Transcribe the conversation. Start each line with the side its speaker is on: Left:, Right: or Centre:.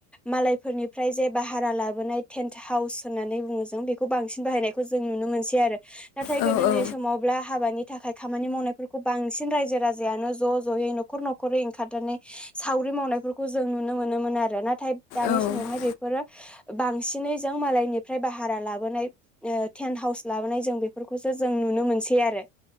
Centre: मालायफोरनिफ्राय जे भारा लाबोनाय टेन्ट हाउस होननानै बुङो जों बेखौ बांसिन बाहायनाय खौ जों नुनो मोनसै आरो नाथाय
Left: औ
Centre: गोदोनि
Left: औ
Centre: समावब्ला हाबानि थाखाय खामानि मावनायफोरखौ बांसिन रायजो राजायानो ज' ज'यै न'खर न'खरै ओंखारनानै सावरि मावनायफोरखौ जों नुनो मोनोमोन आरो नाथाय दानि
Left: औ
Centre: समावहाय बे फोरो बांसिनै जों मालायनिफ्राय भारा लाबोनाय ओ टेन्ट हाउस लाबोनाय जों बेफोरखौसो जों नुनो मोनसै आरो।